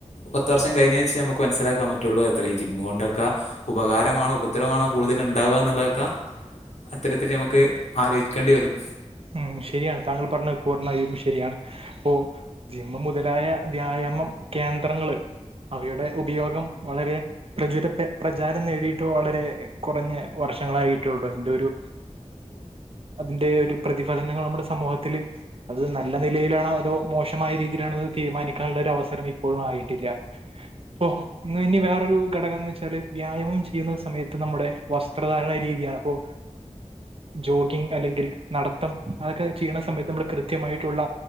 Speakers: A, on the left; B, on the right.
A: പത്ത് വർഷം കഴിഞ്ഞ വെച്ച് നമുക്ക് മനസിലാക്കാൻ പറ്റുള്ളു അത്ര ജിം കൊണ്ട ഉപകാരമാണോ ഉപദ്രമാണോ കൂടുതൽ ഉണ്ടാവുക എന്നുള്ളതൊക്കെ അത്തരത്തിൽ നമുക്ക് ആലോചിക്കേണ്ടി വരും
B: ഉം ശരിയാണ് താങ്കൾ പറഞ്ഞ പൂർണ്ണമായും ശരിയാണ് അപ്പോ ജിമ്മു മുതലായ വ്യായാമ കേന്ദ്രങ്ങള് അവയുടെ ഉപയോഗം വളരെ പ്രചര പ്രചാരം നേടിയിട്ടു വളരെ കുറഞ്ഞ വർഷങ്ങളായിട്ടുള്ളൂ അതിന്റെ ഒരു അതിന്റെ ഒരു പ്രതിഫലനങ്ങൾ നമ്മുടെ സമൂഹത്തില് അത് നല്ല നിലയിലാണോ അതോ മോശമായ രീതിയിലണത് തീരുമാനിക്കാനുള്ള അവസരം ഇപ്പോഴും ആയിട്ടില്ല അപ്പോ ഇ ഇനി വേറൊരു ഘടകം എന്ന് വെച്ചാല് വ്യായാമം ചെയ്യുന്ന സമയത്ത് നമ്മുടെ വസ്ത്രധാരണ രീതി രീതി അപ്പോ ജോഗിംഗ് അല്ലെങ്കിൽ നടത്തം അതൊക്കെ ചെയ്യണ സമയത്ത് നമ്മൾ കൃത്യമായിട്ടുള്ള